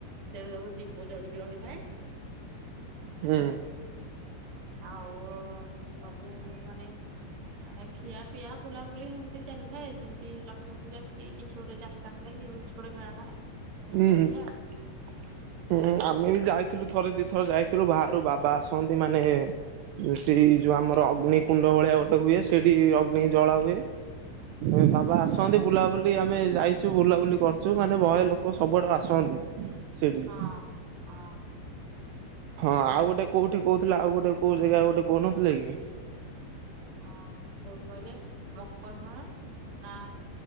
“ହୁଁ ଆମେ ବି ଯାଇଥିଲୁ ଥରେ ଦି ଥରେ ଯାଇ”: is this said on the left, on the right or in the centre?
Right